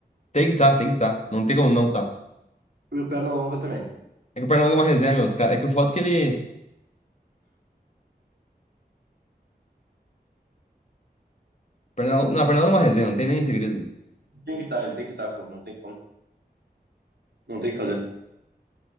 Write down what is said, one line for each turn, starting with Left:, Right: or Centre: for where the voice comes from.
Left: Tem que estar, tá, tem que estar. Tá. Não tem como não tá.
Right: E o Pernalonga também.
Left: É que o Pernalonga é uma resenha, meus caras. É que o foto que ele. Pernalonga... Não, o Pernalonga é uma resenha, não tem nem segredo.
Right: Tem que estar, ele tem que estar, pô, não tem como. Não tem o que fazer.